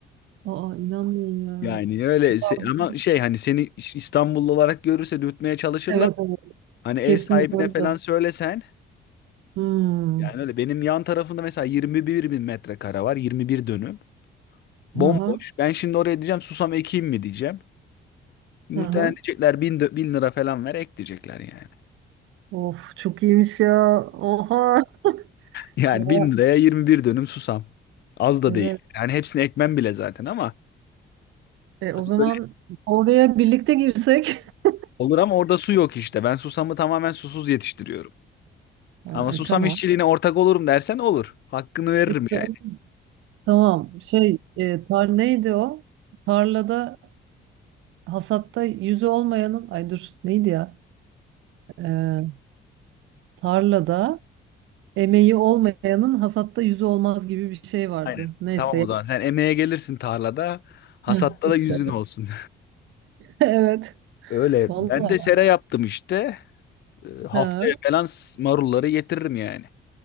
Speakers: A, on the right; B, on the left.
A: Aa inanmıyorum
B: Yani öyle se-
A: ya.
B: ama şey hani seni İstanbullu olarak görürse dürtmeye çalışırlar.
A: Evet, evet.
B: Hani ev
A: Kesin
B: sahibine
A: öyle.
B: falan söylesen
A: Hmm.
B: Yani öyle benim yan tarafımda mesela 21 bin metrekare var. 21 dönüm. Bomboş.
A: Aha,
B: Ben şimdi oraya diyeceğim susam ekeyim mi diyeceğim. Muhtemelen
A: aha.
B: diyecekler bin, dö- bin lira falan ver ek diyecekler yani. <laughs>
A: Of çok iyiymiş ya. Oha.
B: Yani
A: Ya
B: bin liraya 21 dönüm susam. Az da
A: evet.
B: değil. Yani hepsini ekmem bile zaten ama
A: E,
B: hani
A: o zaman
B: böyle
A: oraya birlikte girsek. <laughs>
B: olur ama orada su yok işte. Ben susamı tamamen susuz yetiştiriyorum.
A: Ha,
B: Ama susam
A: e, tamam.
B: işçiliğine ortak olurum dersen olur. Hakkını veririm
A: İşte
B: yani.
A: Tamam. Şey, e, tar neydi o? Tarlada hasatta yüzü olmayanın ay dur neydi ya? E, tarlada emeği olmayanın hasatta yüzü olmaz gibi bir şey vardı.
B: Aynen.
A: Neyse.
B: Tamam o zaman sen emeğe gelirsin tarlada. Hasatta
A: Hı, işte.
B: da yüzün
A: <laughs>
B: olsun.
A: Evet.
B: <laughs> Öyle.
A: Vallahi.
B: Ben de sera yaptım işte. E, Haftaya
A: Ha.
B: falan s- marulları getiririm yani.